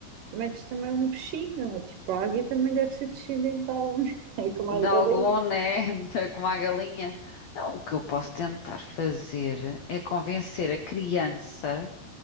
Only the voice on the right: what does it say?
metes também um bichinho, tipo, a águia também deve ser descendente de algum, <laughs> é como
as
galinhas.